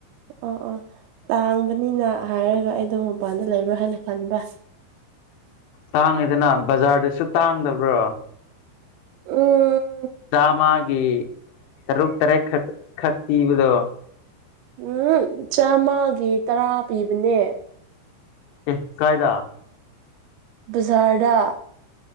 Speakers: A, on the right; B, on the left.
A: ꯑꯣ ꯑꯣ ꯇꯥꯡꯕꯅꯤꯅ ꯍꯥꯏꯔꯒ ꯑꯩꯗꯣ ꯃꯄꯥꯟꯗ ꯂꯩꯕ꯭ꯔꯥ ꯍꯥꯏꯅ ꯈꯟꯕ
B: ꯇꯥꯡꯉꯤꯗꯅ ꯕꯖꯥꯔꯗꯁꯨ ꯇꯥꯡꯗꯕ꯭ꯔꯣ
A: ꯑꯣ
B: ꯗꯥ ꯃꯥꯒꯤ ꯇꯔꯨꯛ ꯇꯔꯦꯠ ꯈꯛ ꯄꯤꯕꯗꯣ
A: ꯎꯝ ꯆꯥꯝꯃꯒꯤ ꯇꯔꯥ ꯄꯤꯕꯅꯦ
B: ꯑꯦ ꯀꯥꯏꯗ
A: ꯕꯥꯖꯔ ꯗ